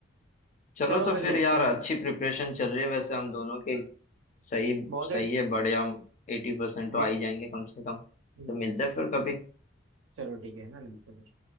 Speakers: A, on the left; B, on the right.
A: चलो
B: चलो
A: तो
B: फिर
A: फिर
B: देखते
A: यार
B: हैं
A: अच्छी प्रिपरेशन चल रही है वैसे हम दोनों की सही
B: बहुत
A: सही
B: ही
A: है बढ़िया हम एटी परसेंट तो
B: डिट-
A: आ ही जाएंगे कम से कम तो
B: हम्म,
A: मिलते हैं फिर कभी
B: चलो ठीक है ना मिलते हैं फिर।